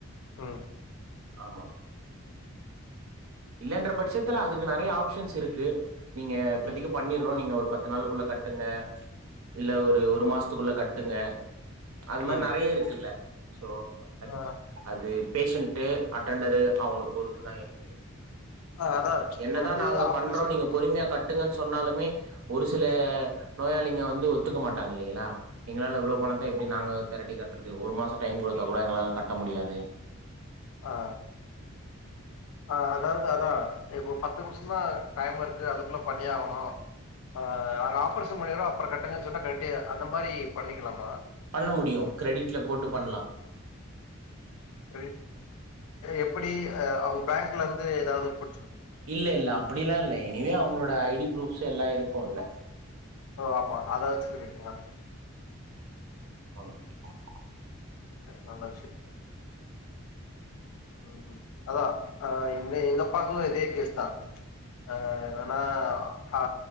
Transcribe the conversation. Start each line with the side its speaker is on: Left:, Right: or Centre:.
Left: உம்
Right: ஆமா இல்லன்ற பட்சத்துல அதுக்கு நெறயா ஆபஷன்ஸ் இருக்கு நீங்க இப்பதைக்கு
Left: ம்
Right: பண்ணிருறோ நீங்க ஒரு பத்து பத்து நாளுக்குள்ள கட்டுங்க இல்ல ஒரு ஒரு மாசத்துக்குள்ள கட்டுங்க அது மாரி
Left: ம்
Right: நிறைய இருக்குல்ல சோ அது
Left: ஆ
Right: அது பேஷண்ட்டு அட்டண்டரு அவங்கள பொறுத்து தான் இருக்கு
Left: ஆ அதா
Right: என்னதான்
Left: இப்ப வந்து
Right: நாங்க
Left: ஆப்ரேஷன்
Right: பண்றோம் நீங்க பொறுமையா கட்டுங்கன்னு சொ சொன்னாலுமே ஒரு சில
Left: ம்
Right: நோயாளி ங்க வந்து ஒத்துக்க மாட்டாங்க இல்லலைங்களா எங்களால இவ்ளோ பணத்த எப்டி
Left: ம்
Right: நாங்க திரட்டி கட் கது ஒரு மாசம் டைம் கொடுத்தா கூட எங்களால கட்ட முடியாது
Left: ஆ ஆ அதாவது அதான் இப்போ பத்துக்கு டைம் இருக்கு அதுக்குள்ள பண்ணிய ஆகணும் ஆ நாங்க ஆப்ரேஷன் பண்ணிரோம் அப்பறம் கட்டுங்க சொல்லி அந்த மாரி பண்ணிக்கலாம
Right: பண்ண முடியும் கிரெடிட்ல போட்டு பண்லாம்
Left: <inaudible> எப்படி அவங்க பேங்க் இருந்து ஏதாவது பு
Right: இல்ல இல்ல அப்படிலாம் இல்ல எனிவே அவங்களோட ஐடி ப்ரூப்ஸ் எல்லாம் இருக்கு லா
Left: ஓ ஆமா அதா வச்சுக்குறீங்களா
Right: <unintelligible>
Left: இ நல்ல விஷய ம் ம் அதான் ஆ எங்க எங்க அப்பாக்கும் இதே கேஸ் தான் ஆ ஆனா ஆ